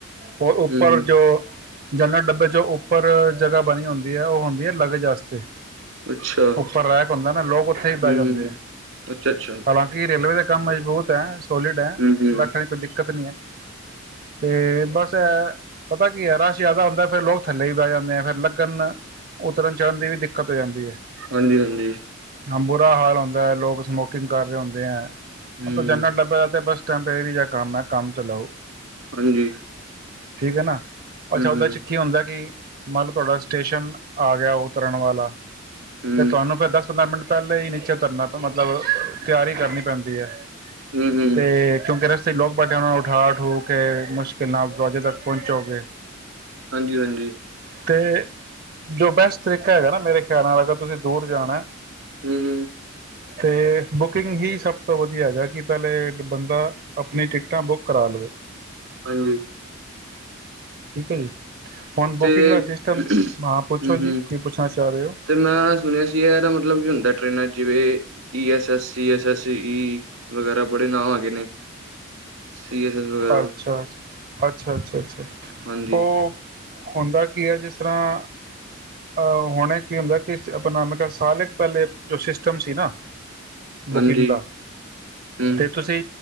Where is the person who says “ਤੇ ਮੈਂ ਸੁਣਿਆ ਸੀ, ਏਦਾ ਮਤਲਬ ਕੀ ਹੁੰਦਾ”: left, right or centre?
Right